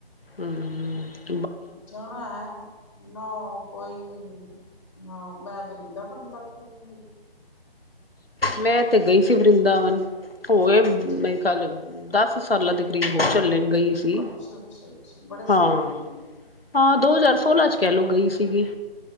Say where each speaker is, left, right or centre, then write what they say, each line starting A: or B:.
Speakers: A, on the left (about 65°); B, on the left (about 30°).
A: ਹੂ
B: ਜਾਣਾ ਹੈ। ਨਾ ਔ ਕੋਈ ਵੀ ਨੀ ਹਾਂ। ਮੈਂ ਵਰਿੰਦਾਵਨ ਤੱਕ ਵੀ ਨਹੀਂੀ ਗਈ
A: ਮੈ, ਤੇ ਗਈ ਸੀ, ਵਰਿੰਦਾਵਨ ਹੋਂ ਆਏ
B: ਅੱਛਾ ਜੀ
A: ਕੱਲ, ਦਸ ਸਾਲਾਂ ਦੇ ਕਰੀਬ ਹੋ ਚੱਲੇ ਗਈ ਸੀ।
B: ਅੱਛਾ ਅੱਛਾ ਅੱਛਾ ਬੜੇ
A: ਹਾਂ।
B: ਸਾਲ ਹੋ ਗਏ ਨੇ
A: ਹਾਂ ਦੋ ਹਜ਼ਾਰ? ਸੋਲਾ ਚ, ਕਹਿ ਲਓ ਗਈ ਸੀਗੀ।